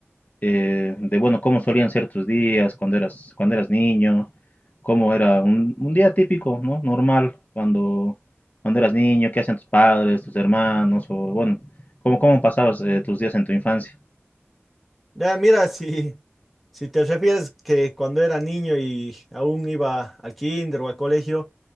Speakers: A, on the left (about 35°); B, in the centre.
A: eh, de, bueno, cómo solían ser tus días cuando eras, cuando eras niño, cómo era un, un día típico, ¿no? Normal, cuando, cuando eras niño, qué hacían tus padres, tus hermanos, o bueno, cómo, cómo pasabas eh, tus días en tu infancia.
B: Ya, mira, <laughs> si, si te refieres que cuando era niño y aún iba al kinder o al colegio,